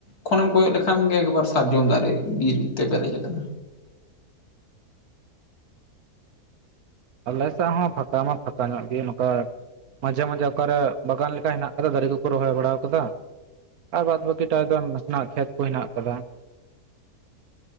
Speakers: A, on the left; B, on the right.
A: ᱠᱷᱚᱱᱮᱢ ᱠᱚᱭᱚᱜ ᱞᱮᱠᱷᱟᱱ ᱜᱮ ᱮᱠᱵᱟᱨ ᱥᱟᱨᱡᱚᱢ ᱫᱟᱨᱮ ᱵᱤᱨ ᱛᱮ ᱯᱮᱨᱮᱡ ᱟᱠᱟᱱᱟ᱾
B: ᱟᱞᱮ ᱥᱮᱜ ᱦᱚᱸ ᱯᱷᱟᱸᱠᱟ ᱢᱟ ᱯᱷᱟᱸᱠᱟ ᱧᱚᱜ ᱜᱮ ᱱᱚᱠᱟ ᱢᱟᱡᱷᱮ ᱢᱟᱡᱮ ᱚᱠᱟ ᱨᱮ ᱵᱟᱜᱟᱱ ᱞᱮᱠᱟ ᱦᱮᱱᱟᱜ ᱠᱟᱫᱟ ᱫᱟᱨᱮ ᱠᱩ ᱠᱩ ᱨᱚᱦᱚᱭ ᱵᱟᱲᱟᱣ ᱠᱟᱫᱟ᱾ ᱟᱨ ᱵᱟᱫᱽ ᱵᱟᱹᱠᱤᱴᱟᱭ ᱫᱚ ᱱᱟᱥᱮ ᱱᱟᱜ ᱠᱷᱮᱛ ᱠᱚ ᱦᱮᱱᱟᱜ ᱠᱟᱫᱟ᱾